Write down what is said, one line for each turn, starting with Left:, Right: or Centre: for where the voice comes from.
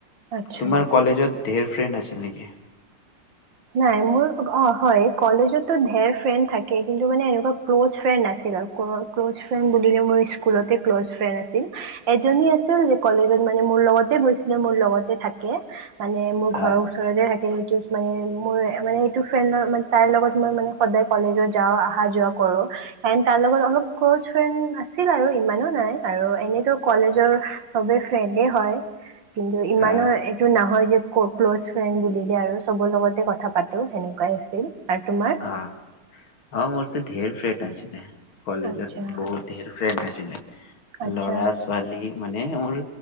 Right: আচ্ছা
Left: তোমাৰ কলেজত। ঢেৰ ফ্ৰেণ্ড আছিল নেকি?
Right: নাই মোৰ অ হয় কলেজতো ধেৰ ফ্ৰেণ্ড থাকে কিন্তু মানে এনেকুৱা ক্ল'জ ফ্ৰেণ্ড আছিল আৰু ক্ল'জ ফ্ৰেড বুলিলে মোৰ স্কুলতে ক্ল'জ ফ্ৰেণ্ড আছিল। এজনী আছিল যে কলেজত মানে মোৰ লগতে গৈছিলে মোৰ লগতে থাকে। মানে মোৰ
Left: হা
Right: ঘৰৰ ওচৰতে থাকে। হয় মানে মোৰ মানে এইটো ফ্ৰেড তাৰ লগত মই ম সদায় কলেজত যাওঁ অহা যোৱা কৰো এ তাৰ লগত অলপ ক্ল ফ আছিল আৰু ইমানো নাই আৰু এনেতো কলেজৰবে ফ্ৰেণ্ড হয়। কিন্তু ইমানৰ
Left: হা
Right: এইটো নহয় যে ক ক্ল'জ ফ্ৰেণ্ড বুলিলে দে আৰু চবৰ লগতে কথা পাতো সেনেকুৱাই আছিল। আৰু তোমাৰ
Left: আহ অ মোৰটোো ধেৰ ফ্ৰে ছিলিলে কলেজত
Right: আচ্ছা
Left: বহুত ধঢেৰ ফ্ৰেণ্ড ছিলে
Right: আচ্ছা
Left: লৰা ছোৱালী মানে মোৰ